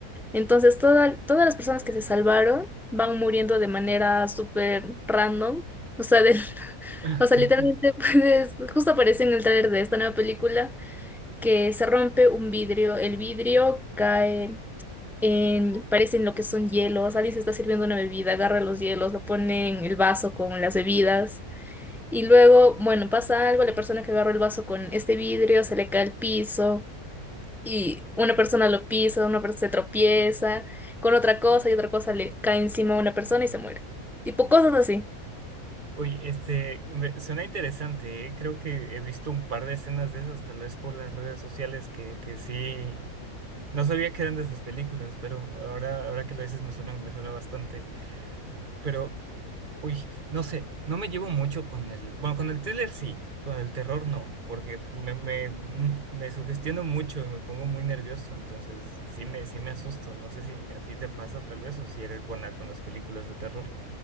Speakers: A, in the centre; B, on the right.
A: Entonces, toda- todas las personas que se salvaron van muriendo de manera súper random. O sea, de- <laughs>
B: <laughs>
A: o sea, literalmente, <laughs> pues justo apareció en el tráiler de esta nueva película que se rompe un vidrio. El vidrio cae en, parecen lo que son hielos. Alguien se está sirviendo una bebida, agarra los hielos, lo pone en el vaso con las bebidas. Y luego, bueno, pasa algo, la persona que agarró el vaso con este vidrio se le cae al piso y una persona lo pisa, una persona se tropieza con otra cosa y otra cosa le cae encima a una persona y se muere. Tipo cosas así.
B: Oye, este, me- suena interesante, ¿eh? Creo que he visto un par de escenas de esas, tal vez por las redes sociales, que, que sí. No sabía que eran de esas películas, pero ahora, ahora que lo dices me suena, me suena bastante. Pero, uy, no sé, no me llevo mucho con el... Bueno, con el thriller sí, con el terror no, porque me, me, mm, me sugestiono mucho y me pongo muy nervioso, entonces sí me, sí me asusto. No sé si a ti te pasa tal vez o si eres buena con las películas de terror.